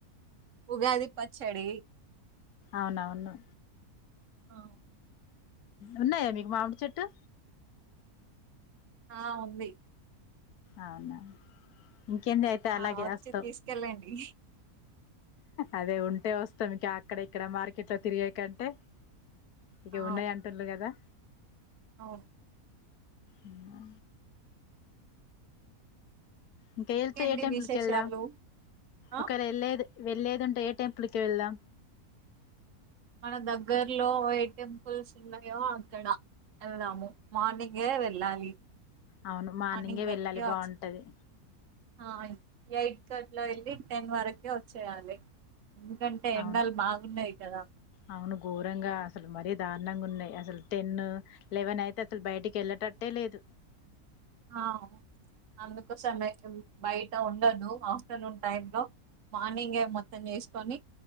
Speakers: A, on the right; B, on the left.
A: ఉగాది పచ్చడి
B: అవునవును
A: అ
B: ఉన్నాయా మీకు మామిడి చెట్టు
A: ఆ ఉంది
B: అవునా ఇంకేంది అయితే
A: ఆ
B: అలాగే
A: వచ్చి
B: వస్తా
A: తీసుకెళ్ళండి
B: అదే ఉంటే వస్తాం ఇంకా అక్కడ ఇక్కడ మార్కెట్ లో తిరిగే కంటే ఇక
A: ఆ
B: ఉన్నాయి అంటుండు కదా
A: అవును
B: ఊ ఇంకా వెళ్తే
A: ఇంకేంటి
B: ఏ టెంపుల్కి
A: విశేషాలు
B: వెళ్దాం
A: ఆ
B: ఒకరు ఎల్లేది వెళ్లేదుంటే ఏ టెంపుల్ కి వెళ్దాం
A: మన దగ్గర్లో ఎ టెంపుల్స్ ఉన్నాయో అక్కడ వెళ్దాము మార్నింగే వెళ్ళాలి
B: అవును మార్నింగే
A: మార్నింగ్
B: వెళ్ళాలి
A: వెళ్ళి
B: బాగుంటది
A: వచ్చి ఆ ఎయిట్ గట్ల వెళ్ళి టెన్ వరకే వచ్చేయాలి ఎందుకంటే
B: అవును
A: ఎండలు బాగున్నాయి కదా
B: అవును ఘోరంగా అసలు మరీ దారుణంగుంన్నయి. అసలు టెన్, లెవెన్ అయితే అసలు బయటికెళ్ళేటట్టే లేదు.
A: ఆ అందుకోసమే బయట ఉండోద్దు ఆఫ్టర్నూన్ టైం లో మార్నింగే మొత్తం జేసుకొని